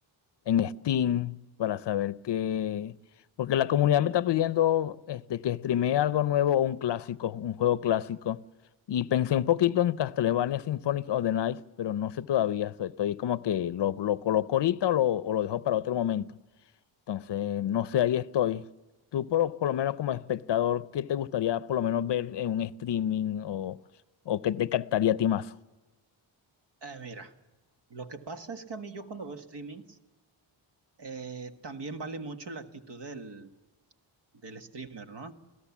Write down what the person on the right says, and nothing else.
mira, lo que pasa es que a mí yo cuando veo streamings, eh, también vale mucho la actitud del, del streamer, ¿no?